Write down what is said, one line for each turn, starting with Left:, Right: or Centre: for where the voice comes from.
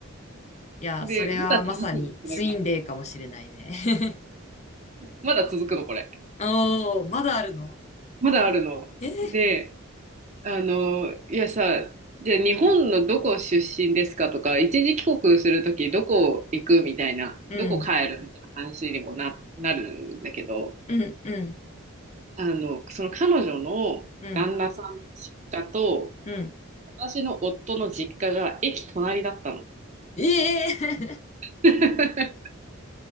Left: いや、
Right: で、
Left: それはまさにツインレイかもしれないね。
Right: まだ続くの、これが。
Left: <laughs>
Right: まだ続くの、これ。
Left: おー、まだあるの
Right: まだあるの。
Left: え
Right: で、あの、いやさ、じゃあ日本のどこ出身ですかとか、一時帰国するときどこ行くみたいな、
Left: ー
Right: どこ帰るみたいな話にもな、なるんだけど、
Left: うん、うん、うん、
Right: あの、その彼女の旦那さんの実家と、
Left: うん、うん。
Right: 私の夫の実家が駅隣だったの。
Left: ええ <laughs>
Right: <laughs>